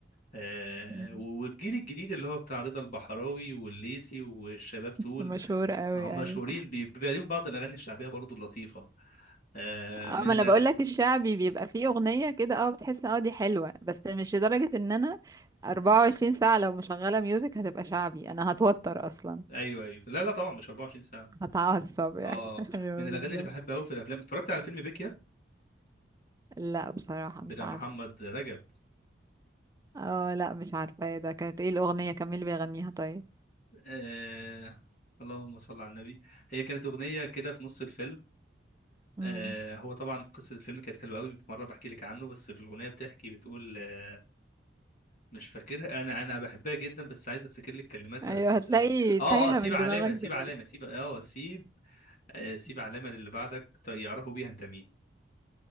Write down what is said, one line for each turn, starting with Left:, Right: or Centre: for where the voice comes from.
Left: آه
Right: <laughs> مم.
Left: والجيل الجديد اللي هو بتاع رضا البحراوي والليسي والشباب دول
Right: مشهور قوي
Left: هم مشهورين
Right: ايوه
Left: بي- بيبقى ليهم بعض الاغاني الشعبيه برضو اللطيفه آه
Right: اه
Left: من
Right: ما
Left: الأغ...
Right: انا بقول لك الشعبي بيبقى فيه اغنيه كده اه بتحس اه دي حلوه بس مش لدرجه ان انا 24 ساعه لو مشغله ميوزك هتبقى شعبي انا هتوتر اصلا
Left: ايوه ايوه لا لا طبعا مش 24 ساعه
Right: هتعصب يعني
Left: اه
Right: <laughs> ايوه
Left: من الاغاني
Right: بالظبط
Left: اللي بحبها قوي في الافلام اتفرجت على فيلم بيكيا
Right: لا بصراحه
Left: بتاع
Right: مش عارفه
Left: محمد رجب
Right: اه لا مش عارفه ايه ده كانت ايه الاغنيه كان مين اللي بيغنيها طيب
Left: آه... اللهم صل على النبي هي كانت اغنيه كده في نص الفيلم
Right: امم
Left: آه هو طبعا قصه الفيلم كانت حلوه قوي مره بحكي لك عنه بس في الاغنيه بتحكي بتقول آه مش فاكرها انا انا بحبها جدا بس عايز افتكر لك كلماتها
Right: ايوه
Left: بس
Right: هتلاقي
Left: اه اه
Right: تايهه
Left: آه، سيب
Right: من
Left: علامه
Right: دماغك
Left: سيب
Right: دلوقتي
Left: علامه سيب اه سيب آه، سيب علامة للي بعدك ت- يعرفوا بيها انت مين